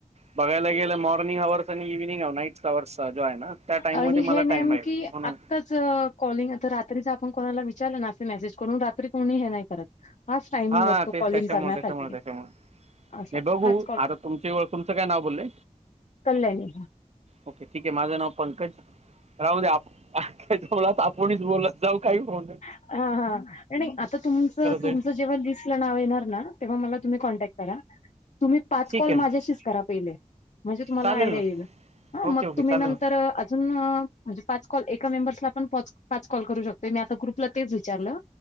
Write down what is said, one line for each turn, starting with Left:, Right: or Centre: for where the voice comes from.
Right: बघायला गेलं मॉर्निंग अवर्स आणि इव्हनिंग ह नाईटचा अवर्सचा जो आहे ना त्या टाइममध्ये
Left: आणि
Right: मला
Left: हे नेमकी
Right: टाइम आहे म्हणून
Left: आत्ताच कॉलिंग आता रात्रीच आपण कोणाला विचारलं ना अस मेसेज करून रात्री कोणी हे नाही करत हाच टाइमिंग
Right: हा
Left: असतो
Right: तेच
Left: कॉलिंग
Right: त्याच्यामुळे
Left: करण्यासाठी
Right: त्याच्यामुळे त्याच्यामुळे
Left: असं
Right: नाही बघू
Left: हाच कॉल
Right: आता तुमच्या तुमचं काय नाव बोलले?
Left: कल्याणी
Right: ओके ठीक आहे माझं नाव पंकज राहू द्या <unintelligible> जाऊ काही फो
Left: हा हा नाही नाही आता तुमचं तुमचं
Right: जाईल
Left: जेव्हा लिस्ट ला नाव येणार ना तेव्हा मला तुम्ही कॉन्टॅक्ट करा तुम्ही पाच
Right: ठीक
Left: कॉल
Right: आहे ना
Left: माझ्याशीच करा पहिले म्हणजे तुम्हाला
Right: चालेल
Left: आयडिया
Right: ना
Left: येईल
Right: ओके
Left: मग
Right: ओके
Left: तुम्ही
Right: चालेल
Left: नंतर अजून अ म्हणजे पाच कॉल एका मेंबर्सला पण पाच, पाच कॉल करू शकतो मी आता ग्रुपवर तुला तेच विचारलं